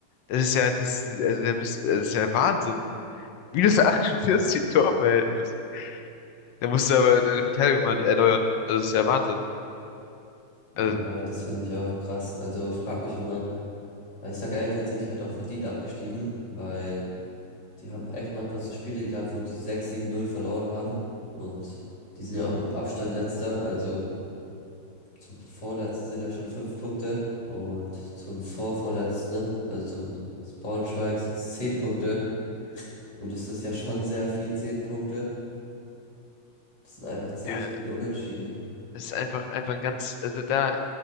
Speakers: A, on the left; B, on the left.
A: das ist ja, das, also der müsst, das ist ja Wahnsinn. Minus 48 Torverhältnis. Da musst du aber deine Verteidigung mal erneuern. Also das ist ja Wahnsinn.
B: Ja,
A: Also,
B: das finde ich auch krass. Also ich frage mich, wie man, weil ich sage ehrlich, dann sind die halt auch verdient abgestiegen, weil die haben echt manchmal so Spiele gehabt, wo die sechs sieben null verloren haben und die sind ja auch mit Abstand letzter, also zum vorletzten sind ja schon fünf Punkte und zum vorvorletzten, ne, also zum Braunschweig sind es zehn Punkte und das ist ja schon sehr viel, zehn Punkte. Das sind einfach zehn
A: ja,
B: Spiele unentschieden.
A: das ist einfach, einfach ein ganz, also da,